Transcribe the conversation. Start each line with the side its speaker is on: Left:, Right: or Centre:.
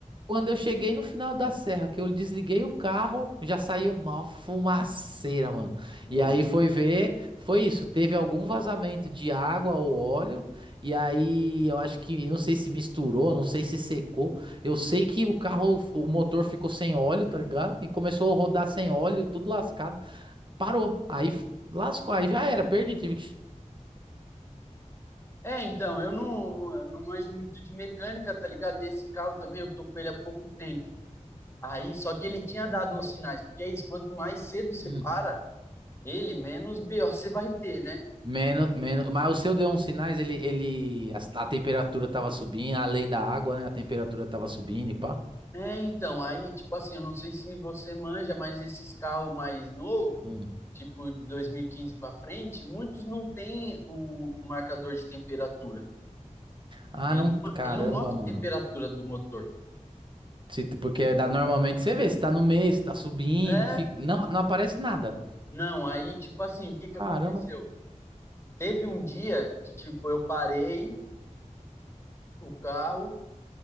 Right: Quando eu cheguei no final da serra, que eu desliguei o carro, já saiu uma fumaceira, mano.
Left: Não.
Right: E aí foi ver, foi isso. Teve algum vazamento de água ou óleo. E aí eu acho que, não sei se misturou, não sei se secou. Eu sei que o carro, o motor ficou sem óleo, tá ligado? E começou a rodar sem óleo, tudo lascado. Parou. Aí f- lascou, aí já era, perdi, tive que.
Left: É, então, eu não, não, não manjo muito de mecânica, tá ligado? E esse carro também, eu tô com ele há pouco tempo. Aí, só que ele tinha dado uns sinais, porque é isso, quanto mais cedo você
Right: Mano.
Left: para ele, menos BO você vai ter, né?
Right: Menos, menos, mas o seu deu uns sinais, ele, ele, a, a temperatura tava subindo, além da água, né? A temperatura tava subindo e pá.
Left: É, então, aí, tipo assim, eu não sei se você manja, mas esses carros mais novos,
Right: Hum.
Left: tipo de 2015 para frente, muitos não têm o marcador de temperatura.
Right: Ah,
Left: Ele,
Right: não,
Left: não ma-
Right: caramba,
Left: ele não mostra
Right: mano.
Left: a temperatura do motor.
Right: Se- porque dá, normalmente você vê, se tá no meio, se tá subindo,
Left: É,
Right: fica, não, não aparece nada.
Left: não, aí, tipo assim, o que que
Right: Caramba.
Left: aconteceu? Teve um dia que, tipo, eu parei o carro,